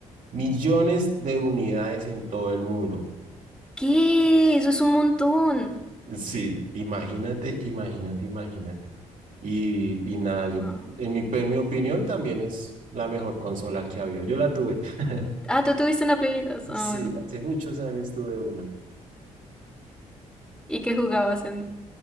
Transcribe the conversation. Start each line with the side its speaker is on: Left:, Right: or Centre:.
Right: millones de unidades en todo el mundo.
Centre: ¿Qué? Eso es un montón.
Right: Sí, imagínate, imagínate, imagínate. Y, y nada, yo,
Centre: Guau.
Right: en mi, en mi opinión también es la mejor consola que ha habido. Yo la tuve. <laughs>
Centre: Ah, tú tuviste una Play 2. Ah,
Right: Sí,
Centre: bueno.
Right: hace muchos años tuve una.
Centre: ¿Y qué jugabas en?